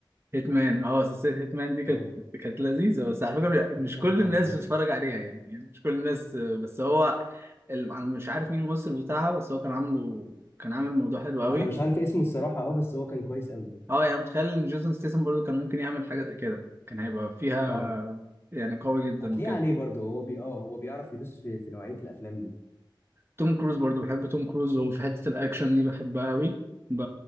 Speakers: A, on the right (about 30°); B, on the left (about 30°).
A: هيتمان اه سلسلة هيتمان دي كانت
B: اه
A: كانت لذيذة بس على فكرة مش
B: تحفة
A: كل الناس
B: الصراحة
A: بتتفرج عليها يعني يعني مش كل الناس آه، بس هو ال- انا مش عارف مين الممثل بتاعها بس هو كان عامله كان عامل موضوع حلو قوي
B: انا مش عارف اسمه الصراحه اه بس هو كان كويس قوي
A: اه يعني متخيل ان جيسون ستيسن برضه كان ممكن يعمل حاجة زي كده كان هيبقى فيها
B: اه
A: يعني قوي جدا
B: هتلاقيه
A: وكده
B: عليه برضه هو بي اه هو بيعرف يدوس في, في نوعيه الافلام دي
A: توم كروز برضو بحب توم كروز وفي حتة الأكشن دي بحبها أوي ب...